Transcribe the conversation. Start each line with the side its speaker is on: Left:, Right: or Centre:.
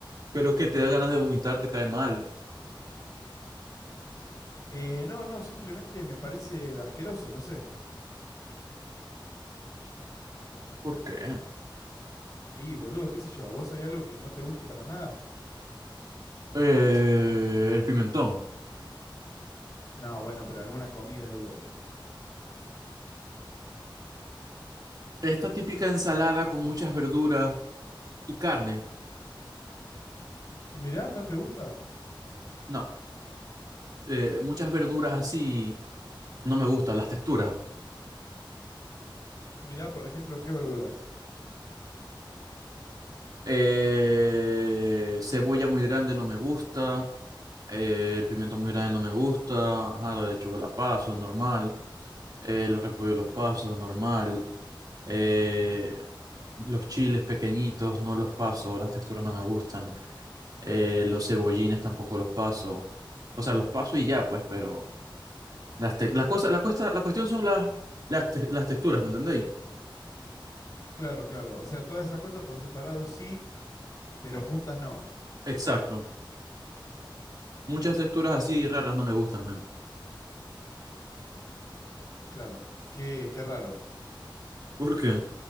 Right: Pero que te da ganas de vomitar, te cae mal.
Left: Eh, no, no, simplemente me parece asqueroso, no sé.
Right: ¿Por qué?
Left: Y boludo, qué sé yo, ¿a vos hay algo que no te guste para nada?
Right: Eh, el pimentón.
Left: No, bueno, pero alguna comida, digo.
Right: Esta típica ensalada con muchas verduras y carne.
Left: Mirá, ¿no te gusta?
Right: No. eh, muchas verduras así no me gustan las texturas.
Left: Mirá, por ejemplo, qué verduras.
Right: Eh, cebolla muy grande no me gusta. eh, el pimiento muy grande no me gusta. Ajá, la lechuga la paso, normal. eh, los repollos los paso, normal. eh, los chiles pequeñitos no los paso, las texturas no me gustan. eh, los cebollines tampoco los paso. O sea, los paso y ya, pues, pero las, te- las cosas, la, cuesta, la cuestión son las, las, te- las texturas, ¿me entendéis?
Left: Claro, claro, o sea, todas esas cosas por separado sí, pero juntas no.
Right: Exacto. Muchas texturas así raras no me gustan, men.
Left: Claro, qué, qué raro.
Right: ¿Por qué?